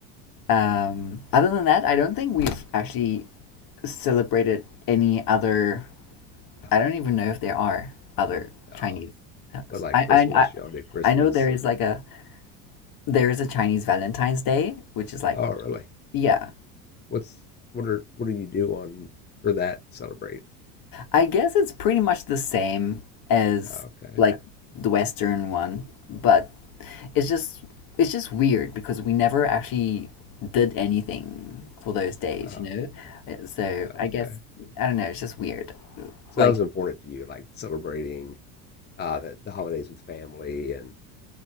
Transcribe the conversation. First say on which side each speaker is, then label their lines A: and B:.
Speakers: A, on the left; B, on the left.
A: Um, other than that, I don't think we've actually celebrated any other
B: Ah,
A: I don't even know if there are other Chinese.
B: Oh, but like
A: I
B: Christmas,
A: I I,
B: y'all did Christmas,
A: I know there
B: and
A: is like a there is a Chinese Valentine's Day, which is like
B: oh, really?
A: yeah.
B: What's what are what do you do on for that to celebrate?
A: I guess it's pretty much the same as
B: Oh, okay.
A: like the Western one, but it's just it's just weird because we never actually did anything for those days,
B: Oh,
A: you know? Uh, So I
B: okay.
A: guess I don't know, it's just weird.
B: So
A: Like
B: that was important to you, like celebrating uh the, the holidays with family, and